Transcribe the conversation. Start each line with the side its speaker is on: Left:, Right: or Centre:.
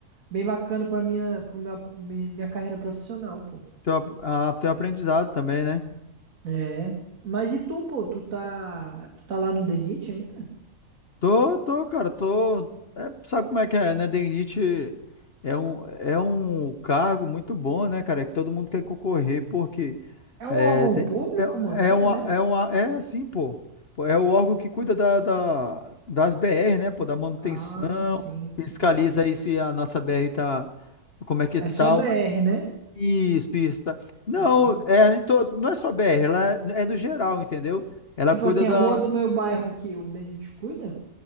Right: bem bacana para minha, para minha, mi- minha carreira profissional, pô.
Left: teu, ap- a, teu aprendizado também, né?
Right: É. Mas e tu, pô? Tu tá, tu tá lá no DENIT ainda?
Left: Tô, tô, cara, tô. é, sabe como é que é, né? Denite é um, é um cargo muito bom, né, cara? é Que todo mundo quer concorrer, porque
Right: É
Left: é,
Right: um órgão
Left: te-
Right: público, mano?
Left: é, é,
Right: É,
Left: uma,
Right: né?
Left: é, uma, é assim, pô. Pô, É o órgão que cuida da, da- das BR, né, pô? Da manutenção,
Right: Ah, sim, sim.
Left: fiscaliza aí se a nossa BR tá. Como é que
Right: É
Left: tá?
Right: só BR,
Left: o-
Right: né?
Left: Isso, isso. Tá. Não,
Right: Aham.
Left: é, em to- não é só BR, ela é, é no geral, entendeu? Ela
Right: Tipo
Left: cuida
Right: assim, a
Left: da.
Right: rua do meu bairro aqui, o DENIT cuida?